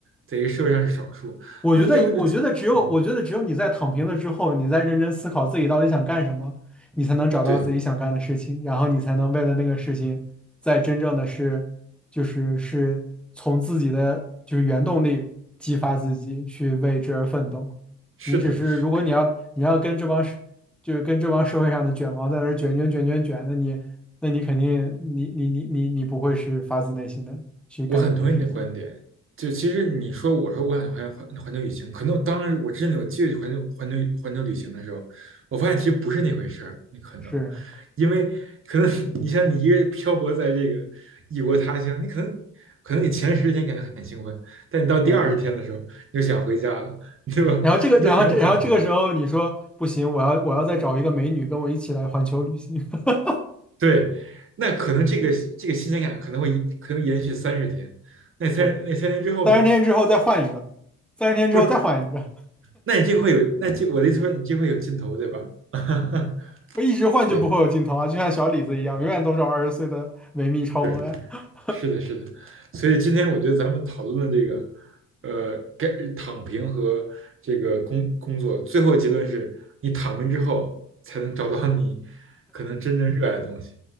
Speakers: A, on the right; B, in the centre.
A: 在一个社会上是少数。
B: 我觉得，
A: 那要不然你就，
B: 我觉得只有，
A: 嗯，
B: 我觉得只有你在躺平了之后，你在认真思考自己到底想干什么，你才能找到自己想干的事情，
A: 对，
B: 然后你才能为了那个事情，在真正的是，就是是从自己的就是原动力激发自己去为之而奋斗。
A: 是的，
B: 你只是如果你要你要跟这帮社就是跟这帮社会上的卷王在那儿卷卷卷卷卷，
A: 比
B: 那你那你肯定你你你你你不会是发自内心的去干一件事情，
A: 我很同意你的观点，就其实你说我说我想环环环球旅行，可能当时我真的有机会去环球环球环球旅行的时候，我发现其实不是那回事儿，你可能，
B: 是
A: 因为可能 <laughs> 你像你一个人漂泊在这个异国他乡，你可能可能你前十天感觉很兴奋，但你到第二十天的时候，
B: 对。
A: 你就想回家了，对吧？
B: 然后这个，
A: 这都很有可能。
B: 然后这，然后这个时候你说不行，我要我要再找一个美女跟我一起来环球旅行。<laughs>
A: 对，那可能这个这个新鲜感可能会一可能延续三十天，那三那三天之后呢？
B: 是，三十天之后再换一个，三十天之后再换一个，
A: 不是。那你就会有，那这我的意思说你就会有尽头，对吧？<laughs>
B: 我一直换就不会有尽头啊，
A: 对，
B: 就像小李子一样，永远都是二十岁的维密超模呀。
A: 是
B: <laughs>
A: 是的，是的。所以今天我觉得咱们讨论的这个，呃，该躺平和这个工工作，最后结论是你躺平之后才能找到你可能真正热爱的东西。